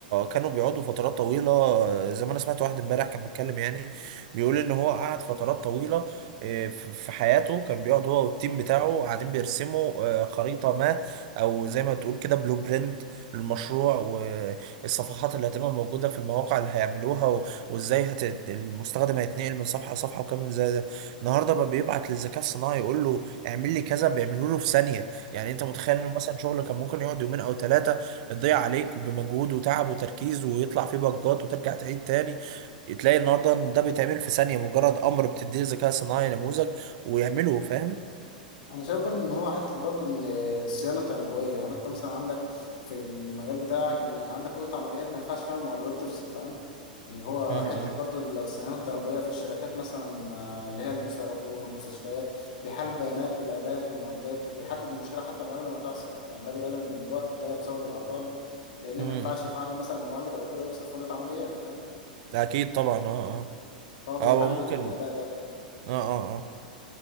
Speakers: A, on the right; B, on the left.
A: كانوا بيقعدوا فترات طويله زي ما انا سمعت واحد امبارح كان بيتكلم يعني بيقول ان هو قعد فترات طويله آه، في في حياته كان بيقعد هو والتيم بتاعه قاعدين بيرسموا آه، خريطه ما او زي ما تقول كده بلو برنت للمشروع والصفحات اللي هتبقى موجوده في المواقع اللي هيعملوها و- وازاي هت... المستخدم هيتنقل من صفحه لصفحه وكام زي ده النهارده بقى بيبعت للذكاء الصناعي يقول له اعمل لي كذا بيعملوا له في ثانيه يعني انت متخيل انه مثلا شغل كان ممكن يقعد يومين او ثلاثه يضيع عليك بمجهود وتعب وتركيز ويطلع فيه بجات وترجع تعيد تاني تلاقي النهارده ان ده بيتعمل في ثانيه مجرد امر بتديه الذكاء الصناعي نموذج ويعمله فاهم
B: انا شايف برضو ان هو حته برضو ان الصيانه التنبؤيه يعني انت مثلا عندك في المجال بتاعك ان عندك اوضه عمليات ما ينفعش فيها المولدات تفصل فاهم اللي هو
A: امم
B: حته
A: امم
B: برضو الصيانه التنبؤيه في الشركات مثلا آه، اللي هي المس- وفي المستشفيات بيحلل البيانات والالات والمعدات وبيحدد المشكله حتى من قبل ما تحصل يعني ده بيقلل من الوقت الضايع بسبب العطال لان
A: أمم.
B: ما ينفعش ينفعش مثلا مولد او كده يفصل في اوضه عمليات فاهم
A: ده اكيد طبعا اه
B: م.
A: اه
B: فهو بيحلل
A: اه وممكن
B: الاداء ده
A: اه اه